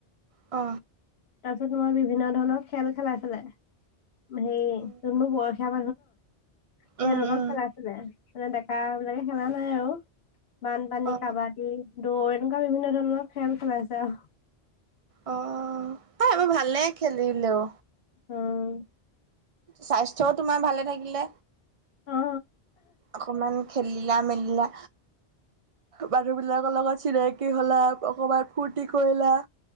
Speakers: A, on the right; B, on the left.
A: অ।
B: তাৰপিছত তোমাৰ বিভিন্ন ধৰণৰ খেল খেলাইছিলে হেৰি যোন
A: অ
B: বোৰ বয়স <unintelligible> তেওঁলোকক
A: উম উম
B: খেলাই ছিলে মানে ডেকা বিলাকে খেলা নাই আৰু বানপানী
A: অ
B: কাবাডী দৌৰ এনেকুৱা বিভিন্ন ধৰণৰ খেল খেলাইছে আৰু।
A: অ এ এই বোৰ ভালে খেলিলেও।
B: উম
A: স্বাস্থ্যও তোমাৰ ভালে থাকিলে
B: অ
A: অকমান। খেলিলা মেলিলা। মানুহ বিলাকৰ লগত চিনাকি হলা অকমান ফূৰ্তি কৰিলা।